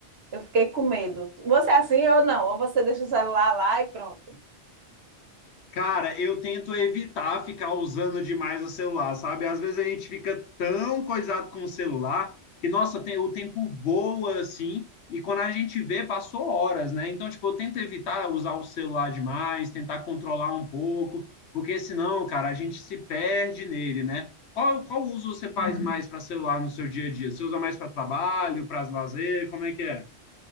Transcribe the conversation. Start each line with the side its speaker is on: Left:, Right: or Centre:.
Right: Eu fiquei com medo. Você é assim ou não? Ou você deixa o celular lá e pronto.
Left: Cara, eu tento evitar ficar usando demais o celular, sabe? Às vezes a gente fica tão coisado com o celular que, nossa, tem- o tempo voa assim, e quando a gente vê, passou horas, né? Então, tipo, eu tento evitar usar o celular demais, tentar controlar um pouco, porque senão, cara, a gente se perde nele, né? Qual, qual uso você faz mais para celular no seu dia a dia? Você usa mais para trabalho, para lazer? Como é que é?